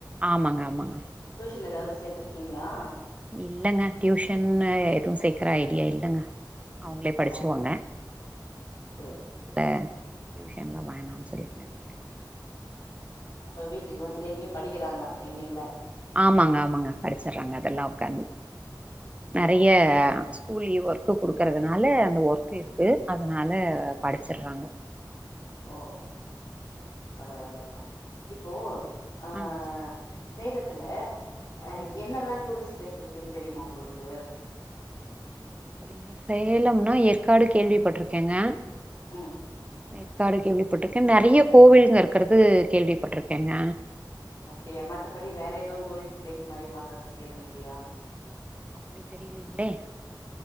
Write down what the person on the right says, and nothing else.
ஆமாங்க ஆமாங்க
இல்லங்க டியூஷன்ன எதுவு சேக்கற ஐடியா இல்லங்க அவுங்களே படிச்சிடுவாங்க
அதனால
டியூஷன்லா வேணான்னு சொல்லி நெனைக்கிறேங்க
ஆமாங்க ஆமாங்க படிச்சிட்றாங்க அதெல்லா ஒக்காந்து நெறைய
ஸ்கூல் லீவு ஒர்க் ஒர்க் கொடுக்குறதுனால அந்த ஒர்க் இருக்குது அதனால படிச்சடுறாங்க
ம் சொல்லுங்க
ஆ
அப்டிங்களா சேலம்னா ஏற்காடு கேள்விப்பட்டிருக்கேங்க
எற்காடு கேள்விப்பட்டிருக்கே நெறய கோவிலுங்க இருக்கிறது கோள்வி பட்டிருக்கோங்க கேள்விப்பட்டுருக்கேங்க
அப்டி தெரியலீங்களே